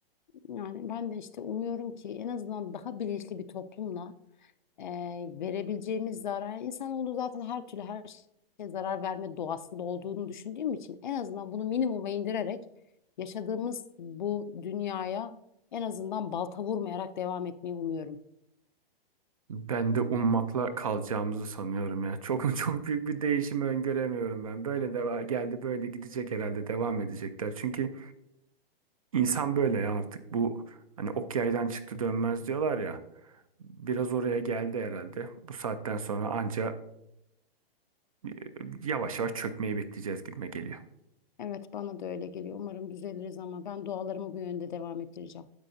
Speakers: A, on the left; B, on the right.
A: Yani ben de işte umuyorum ki en azından daha bilinçli bir toplumla e, verebileceğimiz zarar, yani insanoğlu zaten her türlü her şeye zarar verme doğasında olduğunu düşündüğüm için en azından bunu minimuma indirerek yaşadığımız bu dünyaya en azından balta vurmayarak devam etmeyi umuyorum.
B: Ben de ummakla kalacağımızı sanıyorum ya. Çok <laughs> çok büyük bir değişimi öngöremiyorum ben. Böyle deva geldi böyle gidecek herhalde devam edecekler. Çünkü insan böyle ya artık bu hani ok yaydan çıktı dönmez diyorlar ya. Biraz oraya geldi herhalde. Bu saatten sonra anca e, yavaş yavaş çökmeyi bekleyeceğiz gibime geliyor.
A: Evet, bana da öyle geliyor. Umarım düzeliriz ama ben dualarımı bu yönde devam ettireceğim.